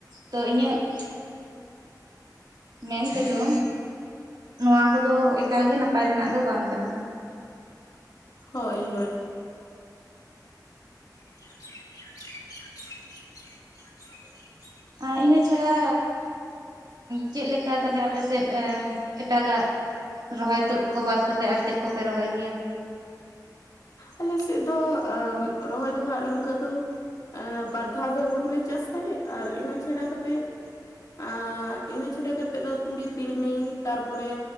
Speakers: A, on the right; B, on the left.
A: ᱛᱚ ᱤᱧᱟᱹᱜ <inaudible> ᱢᱮᱱᱛᱮᱫᱚ ᱱᱚᱣᱟ ᱠᱚᱫᱚ ᱮᱠᱟᱞᱜᱮ ᱱᱟᱯᱟᱭ ᱨᱮᱱᱟᱜ ᱫᱚ ᱵᱟᱝ ᱠᱟᱱᱟ
B: ᱦᱳᱭ ᱦᱳᱭ <inaudible>
A: ᱟᱨ ᱤᱱᱟᱹ ᱪᱷᱟᱲᱟ ᱪᱮᱫ ᱞᱮᱠᱟ ᱛᱟᱦᱚᱞᱮ ᱟᱯᱮᱥᱮᱫ ᱮᱴᱟᱜᱟᱜ ᱨᱚᱦᱚᱭ ᱛᱩᱫ ᱠᱚ ᱵᱟᱫ ᱠᱟᱛᱮᱫ ᱟᱨ ᱪᱮᱫ ᱠᱚᱯᱮ ᱨᱚᱦᱚᱭ ᱜᱮᱭᱟ
B: ᱟᱞᱮ ᱥᱮᱫ ᱫᱚ ᱨᱚᱦᱚᱭ ᱫᱚ ᱦᱟᱸᱜ ᱱᱚᱝᱠᱟ ᱫᱚ ᱵᱟᱨ ᱫᱷᱟᱣ ᱫᱚ ᱦᱩᱲᱩᱞᱮ ᱪᱟᱥ ᱛᱟᱦᱮᱸᱫ ᱟᱨ ᱤᱱᱟᱹ ᱪᱷᱟᱰᱟ ᱠᱟᱛᱮᱜ ᱟᱨ ᱤᱱᱟᱹ ᱪᱷᱟᱰᱟ ᱠᱟᱛᱮᱫ ᱫᱚ ᱛᱩᱲᱤ ᱛᱤᱞᱢᱤᱧ ᱛᱟᱨᱯᱚᱨᱮ